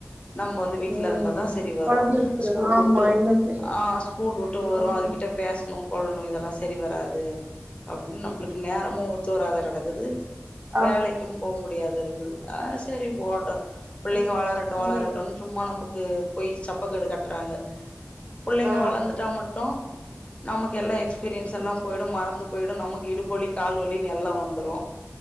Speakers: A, on the left; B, on the right.
A: நம்ம வந்து வீட்டுல
B: ம்
A: இருந்தாதா சரி வரு
B: கொழந்தைகளுக்கு
A: ஸ்கூல்
B: ஆமா
A: வுட்டு
B: என்ன செய்ய
A: ஆ ஸ்கூல் வுட்டு வரு
B: ஆமா
A: அது கிட்ட பேசணு கொள்ளணு இதெல்லா சரி வராது அப்டின்னு நம்மளுக்கு நேரமு ஒத்தூ வறாத கெடக்குது
B: ம்
A: வேலைக்கும் போ முடியாத இருக்குது ஆ செரி போட்டு பிள்ளைங்க
B: ம்
A: வளரட்டு வளரட்டுன்
B: ம்,
A: சும்மா நமக்கு போய் சப்பக்கடு கட்டுறாங்க புள்ளைங்க
B: ஆ
A: வளந்துட்டா மட்டு நமக்கு எல்லா எக்ஸ்பீரியன்ஸ் எல்லா போயிடு மறந்து போயிடு நமக்கு இடுப்புவலி கால்வலின்னு எல்லா வந்துரு